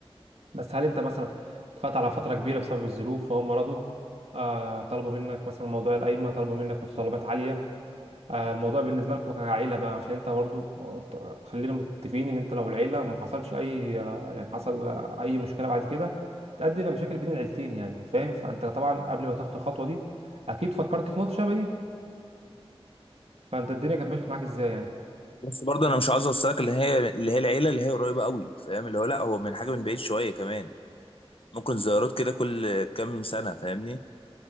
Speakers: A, on the right; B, on the left.
A: بس هل انت مثلا اتفقت على فتره كبيره بسبب الظروف فهم رضوا آه طلبوا منك مثلا موضوع القايمه طلبوا منك متطلبات عاليه آه، الموضوع بالنسبة لكم كعيلة بقى عشان انت برضو خلينا متفقين ان انت لو العيلة ما حصلش اي آه، يعني حصل آه، اي مشكلة بعد كده هتؤدي الى مشاكل بين العيلتين يعني فاهم فانت طبعا قبل ما تاخد الخطوة دي اكيد فكرت في نقطة شبه دي فانت الدنيا كانت ماشية معاك ازاي يعني
B: بس برضه انا مش عاوز اوصلك اللي هي اللي هي العيله اللي هي قريبه قوي فاهم اللي هو لا هو من حاجه من بعيد شويه كمان ممكن زيارات كده كل كام سنه فاهمني